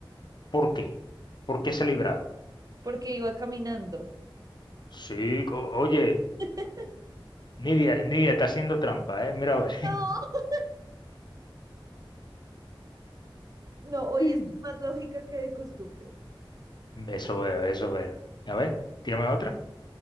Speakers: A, on the left; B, on the right.
A: ¿Por qué? ¿Por qué se
B: Por-
A: ha librado?
B: Porque iba caminando.
A: Sí, co- oye,
B: <laughs>
A: Nidia, Nidia está haciendo trampa, ¿eh? Mira, a ver.
B: No. No, hoy
A: <laughs>
B: es más lógica que de costumbre.
A: Eso veo, eso veo. A ver, tírame otra.